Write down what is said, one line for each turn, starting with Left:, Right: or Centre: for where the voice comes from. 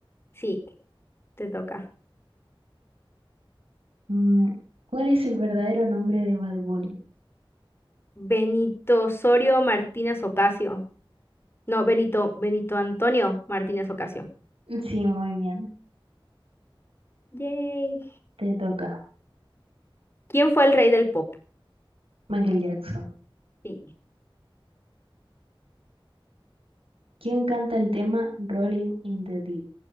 Left: Sí, te toca.
Right: Mm, ¿Cuál es el verdadero nombre de Bad Bunny?
Left: Benito Osorio Martínez Ocasio. No, Benito, Benito Antonio Martínez Ocasio.
Right: Sí, muy bien.
Left: Yay.
Right: Te toca.
Left: ¿Quién fue el rey del pop?
Right: Michael Jackson.
Left: Sí,
Right: ¿Quién canta el tema Rolling in the Deep?